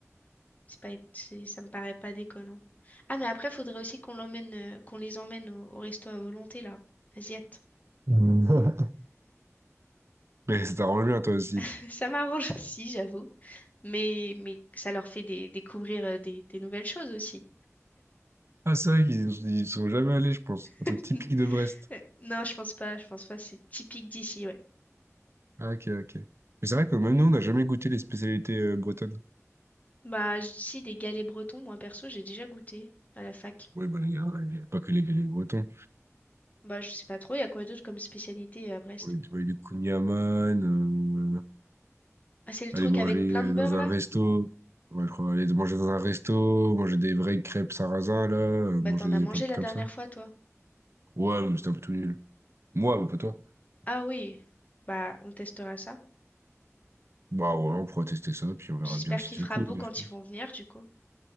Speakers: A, on the left (about 30°); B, on the right (about 55°).
A: C'est pas, c'est- ça me paraît pas déconnant. Ah mais après, faudrait aussi qu'on l'emmène, euh, qu'on les emmène au, au resto à volonté, là. Asiate.
B: Mm. <laughs> Mais ça t'arrange bien, toi aussi.
A: <laughs> Ça m'arrange aussi, j'avoue. Mais, mais ça leur fait des- découvrir euh, des, des nouvelles choses aussi.
B: Ah, c'est vrai qu'ils ils sont jamais allés, je pense. Un truc
A: <laughs>
B: typique de Brest.
A: Non, je pense pas, je pense pas, c'est typique d'ici, ouais.
B: Ah, ok, ok. Mais c'est vrai que même nous, on n'a jamais goûté les spécialités euh, bretonnes.
A: Bah, j- si, des galets bretons, moi perso, j'ai déjà goûté à la fac.
B: Oui, bah, les gars il y a pas que les, les Bretons.
A: Bah, je sais pas trop, il y a quoi d'autre comme spécialité à Brest?
B: On a des, ouais, des kouign-amann,
A: Ah, c'est le truc
B: aller manger
A: avec plein de beurre
B: dans un
A: là?
B: resto, ouais, je crois, aller manger dans un resto, manger des vraies crêpes sarrasin, là, euh,
A: Bah,
B: manger
A: t'en
B: des
A: as mangé
B: plein de trucs
A: la
B: comme
A: dernière
B: ça.
A: fois, toi.
B: Ouais, mais c'était un peu tout nul. Moi, mais pas toi.
A: Ah oui, bah, on testera ça.
B: Bah ouais, on pourra tester ça, puis on verra
A: J'espère
B: bien si
A: qu'il
B: c'est
A: fera
B: cool,
A: beau
B: mais
A: quand
B: je pense.
A: ils vont venir, du coup.